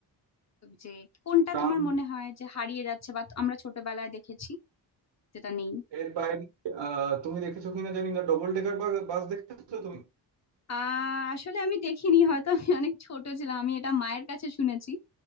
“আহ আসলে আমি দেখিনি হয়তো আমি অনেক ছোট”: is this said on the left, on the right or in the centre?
Left